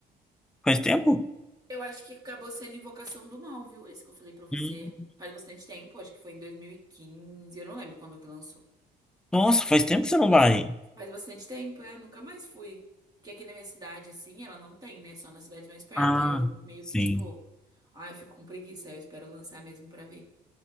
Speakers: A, in the centre; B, on the right (about 20°).
A: Faz tempo?
B: Eu acho que acabou sendo Invocação do Mal, viu? Esse que eu falei pra você.
A: Hum.
B: Faz bastante tempo, acho que foi em 2015. Eu não lembro quando que lançou.
A: Nossa, faz tempo que você não
B: Mas
A: vai.
B: co- faz bastante tempo, é, eu nunca mais fui. Porque aqui na minha cidade, assim, ela não tem, né? Só na cidade mais perto.
A: Ah,
B: Aí eu meio
A: sim,
B: que, tipo, ah, eu fico com preguiça, aí eu espero lançar mesmo pra ver.